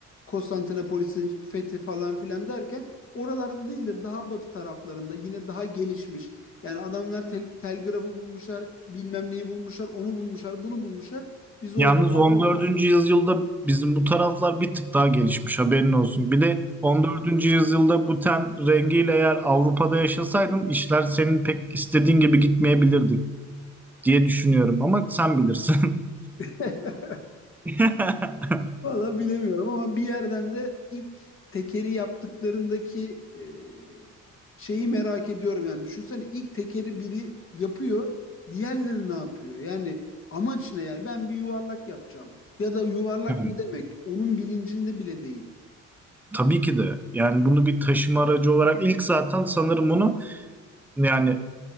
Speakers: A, on the left (about 45°); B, in the centre.
A: Konstantinopolis'in fethi falan filan derken oralarda değil de daha batı taraflarında yine daha gelişmiş. Yani adamlar tel- telgrafı bulmuşlar, bilmem neyi bulmuşlar, onu bulmuşlar, bunu bulmuşlar. Biz orada
B: yalnız 14. yüzyılda bizim bu taraflar bir tık daha gelişmiş haberin olsun. Bir de 14. yüzyılda bu ten rengiyle eğer Avrupa'da yaşasaydım işler senin pek istediğin gibi gitmeyebilirdi diye düşünüyorum ama sen bilirsin.
A: <laughs>
B: <laughs>
A: Valla bilemiyorum ama bir yerden de ilk tekeri yaptıklarındaki e, şeyi merak ediyorum yani. Düşünsene ilk tekeri biri yapıyor, diğerleri ne yapıyor? Yani amaç ne yani? Ben bir yuvarlak yapacağım. Ya da yuvarlak
B: Evet.
A: ne demek? Onun bilincinde bile değil.
B: Tabii ki de. Yani bunu bir taşıma aracı olarak ilk zaten sanırım bunu yani